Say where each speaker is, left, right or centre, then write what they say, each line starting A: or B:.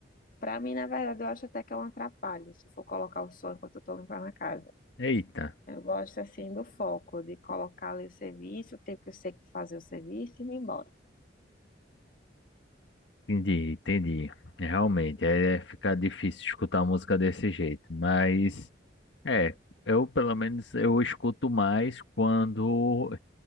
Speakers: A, on the left; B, on the left.
A: Pra mim, na verdade, eu acho até que é um atrapalho se for colocar o som enquanto eu tô limpando a casa.
B: Eita,
A: Eu gosto, assim, do foco, de colocar ali o serviço, o tempo que eu sei que fazer o serviço e ir embora.
B: entendi, entendi. Realmente, é é ficar difícil escutar música desse jeito, mas é, eu pelo menos eu escuto mais quando